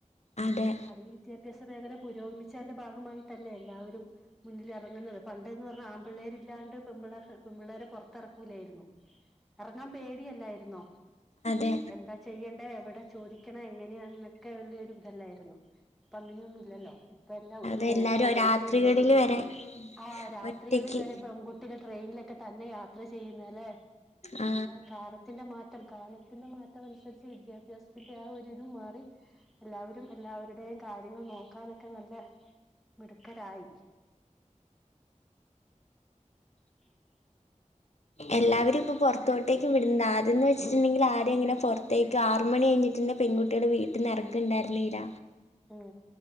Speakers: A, on the left (about 60°); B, in the centre.
A: അതെ
B: അതീ വിദ്യാ വിഭ്യാസ മേഖല പുരോഗമിചെന്റെ, ഭാഗമായിട്ടല്ലേ എല്ലാവരും. മുന്നില് എറങ്ങുന്നത്. പണ്ട് എന്ന് പറഞ്ഞാ, ആമ്പിള്ളേര് ഇല്ലാണ്ട് പെൺപിള്ളാരെ പെൺ പിള്ളാരെ പൊറത്തറക്കൂലായിരുന്നു. എർങ്ങാൻ പേടിയല്ലായിരുന്നോ?
A: അതെ..
B: എന്താ ചെയ്യണ്ടേ.. എവിടെ ചോദിക്കണ എങ്ങനെയാ, എന്നൊക്കെ തൊരു ഇതല്ലായിരുന്നോ? ഇപ്പ, അങ്ങനെയൊന്നും ഇല്ലല്ലോ. ഇപ്പ എല്ലാം ഒരു
A: അതെല്ലാരും
B: ഫോണും ഉണ്ട്. പൈസ
A: രാത്രികളില്
B: ഇണ്ടെങ്കിൽ.
A: വരെ
B: ആഹ്, രാത്രികളിൽ
A: ഒറ്റക്ക്
B: വരെ പെൺകുട്ടികൾ ട്രെയിനിലൊക്കെ തന്നെ യാത്ര ചെയ്യുന്ന ലെ....
A: ആ
B: ആഹ്, കാലത്തിന്റെ മാറ്റം കാലത്തിന്റെ മാറ്റം അനുസരിച്ച് വിദ്യാഭ്യാസത്തിന്റെ ആ ഒരിതും മാറി. എല്ലാവരും, എല്ലാവരുടെയും കാര്യങ്ങൾ നോക്കാനൊക്കെ നല്ല മിടുക്കരായി. <inaudible>
A: എല്ലാവരും ഇപ്പോ പൊറത്തോട്ടേക്കും വിട്ന്ന് ആദ്യം വച്ചിട്ടുണ്ടെങ്കിൽ ആരും ഇങ്ങനെ പുറത്തേക്ക്, ആറ് മണി കഴിഞ്ഞ്. ന്റെ പെൺ കുട്ടികള് വീട്ട്ന്ന് എറക്ക്ണ്ടായിരു ന്നില്ല.
B: ഉം